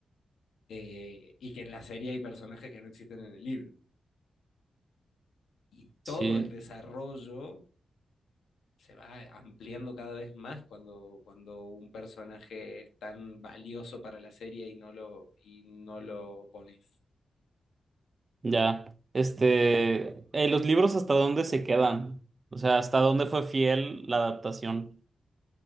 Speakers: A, on the left; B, on the right.
A: eh, y que en la serie hay personajes que no existen en el libro. Y
B: Sí,
A: todo el desarrollo se va ampliando cada vez más cuando, cuando un personaje es tan valioso para la serie y no lo, y no lo pones.
B: ya. Este, eh, los libros hasta dónde se quedan? O sea, ¿hasta dónde fue fiel la adaptación?